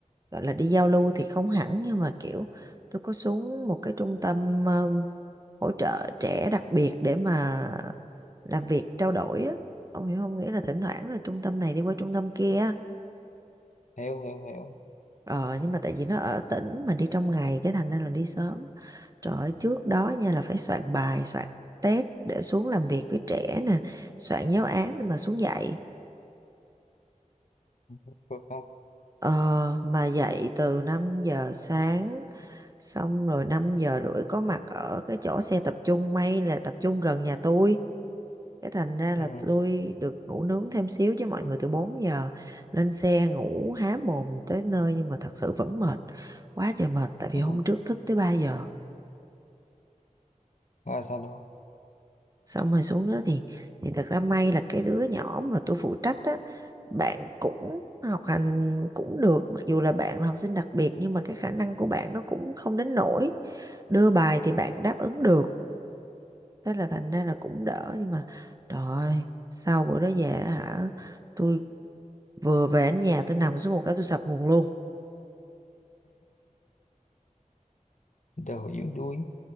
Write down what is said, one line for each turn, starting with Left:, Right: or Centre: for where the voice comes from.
Right: gọi là đi giao lưu thì không hẳn nhưng mà kiểu tôi có xuống một cái trung tâm ờ, hỗ trợ trẻ đặc biệt để mà làm việc trao đổi á ông hiểu không nghĩa là thỉnh thoảng là trung tâm này đi qua trung tâm kia
Left: hiểu hiểu hiểu
Right: ờ nhưng mà tại vì nó ở tỉnh mà đi trong ngày cái thành ra là đi sớm Trời ơi, trước đó nha là phải soạn bài, soạn test để xuống làm việc với trẻ nè, soạn giáo án để mà xuống dạy.
Left: được không
Right: Ờ, mà dạy từ năm giờ sáng Xong rồi 5 giờ rưỡi có mặt ở cái chỗ xe tập trung may là tập trung gần nhà tôi. Cái thành ra là
Left: ừ,
Right: tôi được ngủ nướng thêm xíu chứ mọi người từ 4 giờ lên xe ngủ há mồm tới nơi nhưng mà thật sự vẫn mệt. Quá trời mệt tại vì
Left: ừ.
Right: hôm trước thức tới 3 giờ.
Left: rồi sao đó
Right: Xong rồi xuống đó thì thì thật ra may là cái đứa nhỏ mà tôi phụ trách á bạn cũng học hành cũng được mặc dù là bạn là học sinh đặc biệt nhưng mà cái khả năng của bạn nó cũng không đến nỗi đưa bài thì bạn đáp ứng được thế là thành ra là cũng đỡ nhưng mà trời ơi, sau bữa đó về á hả tôi vừa về đến nhà tôi nằm xuống một cái tôi sập nguồn luôn
Left: đầu yếu đuối